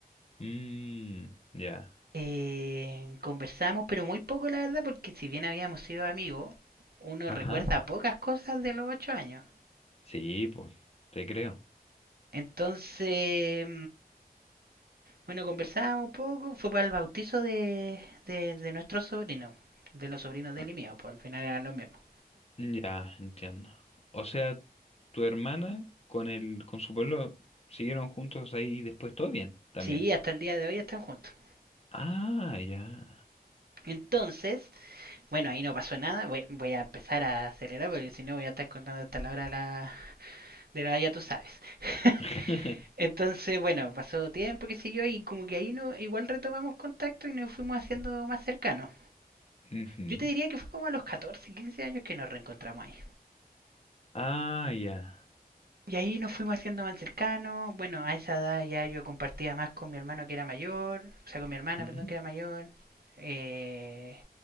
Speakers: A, on the left (about 40°); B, on the right (about 75°).
A: Mmm, ya.
B: Eh, conversamos, pero muy poco la verdad, porque si bien habíamos sido amigos, uno
A: Ajá.
B: recuerda pocas cosas de los ocho años.
A: Sí, pues, te creo.
B: Entonces, bueno, conversábamos un poco, fue para el bautizo de, de, de nuestro sobrino, de los sobrinos de
A: Ah,
B: él y mío, pues al final eran los mismos.
A: Ya, entiendo. O sea, tu hermana con el, con su pueblo siguieron juntos ahí después todo bien, también.
B: Sí, hasta el día de hoy están juntos.
A: Ah, ya.
B: Entonces, bueno, ahí no pasó nada. Voy, voy a empezar a acelerar porque si no voy a estar contando hasta la hora de la, de la ya tú sabes. <laughs>
A: <laughs>
B: Entonces, bueno, pasó tiempo que siguió y como que ahí no, igual retomamos contacto y nos fuimos haciendo más cercanos.
A: Ujú.
B: Yo te diría que fue como a los 14, 15 años que nos reencontramos ahí.
A: Ah, ya.
B: Y ahí nos fuimos haciendo más cercanos. Bueno, a esa edad ya yo compartía más con mi hermano que era mayor, o sea, con mi hermana,
A: Ujú.
B: perdón, que era mayor. Eh,